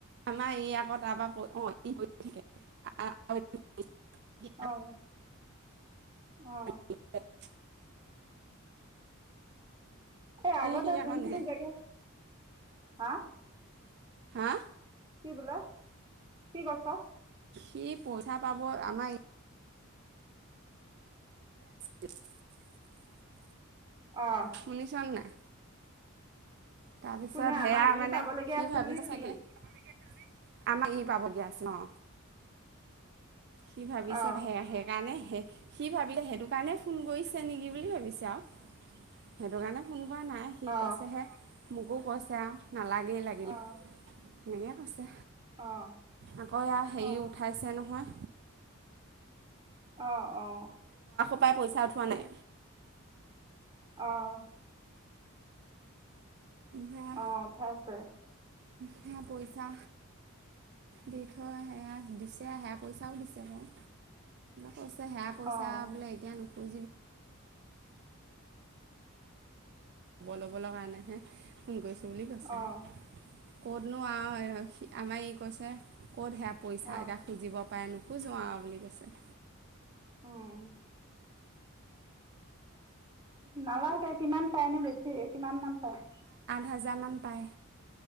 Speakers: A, on the right; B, on the right.
A: আমাৰ এই আক তাৰপৰা প অহ ', কৰি থাকে <unintelligible> তাৰপিছত
B: অহ ', অহ ',
A: <unintelligible>
B: এই আগতে
A: সি আকৌ
B: যোনখিনি
A: নিজে
B: জেগা হাহ।
A: হাহ।
B: কি বোলা? কি কৈছ।
A: কি পইচা পাব আমাৰ <unintelligible>
B: অঁ
A: শুনিছনে নাই। তাৰপিছত
B: কোনে
A: সেয়া
B: আমাৰ ই
A: মানে
B: পাবলগীয়া
A: সি
B: আছিল
A: ভাবিছে
B: নে সি
A: চাগে। আমাক ই পাবলগীয়া আছে ন। সি ভাবিছে
B: অঁ
A: সেইকাৰণে সি ভাবিলে সেইটো কাৰণে ফোন কৰিছে নেকি বুলি ভাবিছে। আৰু সেইটো কাৰণে ফোন কৰা নাই সি
B: অঁ
A: কৈছেহে। মোকো কৈছে আৰু নালাগেই লাগিলে।
B: অঁ
A: এনেকে কৈছে।
B: অঁ
A: আকৌ ইয়াৰ হেৰি
B: অঁ
A: উঠাইছে নহয়।
B: অ অ।
A: হোপা পইচা উঠোৱা নাই।
B: আহ্।
A: সেয়া
B: অ উঠাইছে।
A: সেয়া পইচা দি থৈ সেয়া দিছে সেয়া পইচাও দিছে বাওঁ। কৈছে সেয়া পইচা
B: অঁ
A: বোলে এতিয়া নো <unintelligible> খবৰ ল'বলৈ কাৰণেহে ফোন কৰিছোঁ। সেই বুলি কৈছে
B: অঁ
A: আও। ক'ত? নো আৰু আমাৰ ই <inaudible> কৈছে ক'ত সেয়া পইচা
B: অঁ
A: এটা খুজিব। নাই নোখোজো আও বুলি কৈছে।
B: আও। নালাগে কিমান পায়নো বেছি কিমান মান পায়?
A: হাজামান পায়।